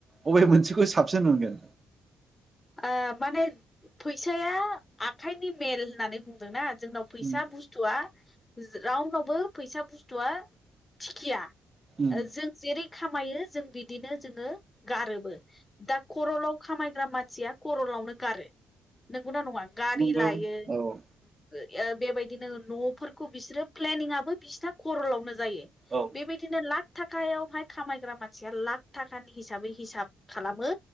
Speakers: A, on the right; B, on the left.
A: अबे मोनसेखौ साबसिन मोनगोन
B: ओ माने फैसाया आखाइनि मेल होननानै बुंदोंना। जोंनाव फैसा
A: उम
B: बुस्थुआ रावडावबो फैसा बुस्थुआ थिखिया
A: उम
B: ओ जों जेरै खामायो जों बिदिनो जोङो। गारोबो दा खरलाव खामायग्रा मानसिया खरलावनो गारो नोंगौना नङा गारि
A: नंगौ
B: लायो।
A: औ
B: <unintelligible> बेबायदिनो न'फोरखौ बिसोरो प्लेनिंआबो बिसिना खरलावनो। जायो
A: औ
B: बेबायदिनो लाख थाखायावहाय खामायग्रा मानसिया लाख थाखानि हिसाबै हिसाब खालामो